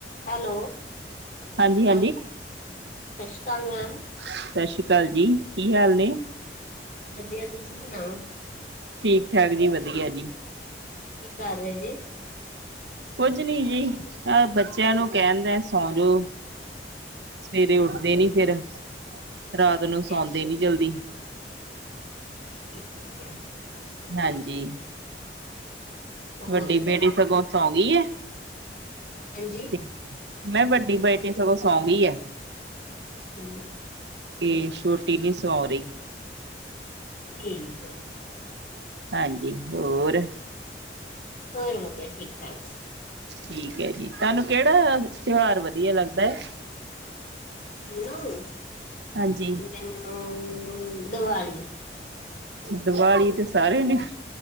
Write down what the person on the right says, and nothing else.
ਹਾਂਜੀ ਹਾਂਜੀ
ਸਤਿ ਸ਼੍ਰੀ ਅਕਾਲ ਜੀ ਕੀ ਹਾਲ ਨੇ
ਠੀਕ ਠਾਕ ਜੀ ਵਧੀਆ ਜੀ
ਕੁੱਝ ਨੀ ਜੀ ਐ ਬੱਚਿਆਂ ਨੂੰ ਕਹਿਣ ਦੇਆ ਸੌਂ ਜੋੋ ਸਵੇਰੇ ਉੱਠਦੇ ਨੀ ਫੇਰ ਰਾਤ ਨੂੰ
ਸੌਂਦੇ
ਨੀ ਜਲਦੀ
ਹਾਂਜੀ
ਵੱਡੀ
ਬੇਟੀ ਸਗੋਂ ਸੌਂ ਗਈ ਐ
ਤੇ ਮੈਂ ਵੱਡੀ ਬੇਟੀ ਸਗੋਂ ਸੌਂਗੀ ਐ
ਤੇ ਛੋਟੀ ਨੀ ਸੌਂ ਰਹੀ
ਹਾਂਜੀ ਹੋਰ
ਠੀਕ ਹੈ ਜੀ ਤੁਹਾਨੂੰ ਕਿਹੜਾ ਤਿਉਹਾਰ ਵਧੀਆ ਲੱਗਦਾ ਏ
ਹਾਂਜੀ
ਦਵਾਲੀ ਤੇ ਸਾਰਿਆਂ ਨੂੰ,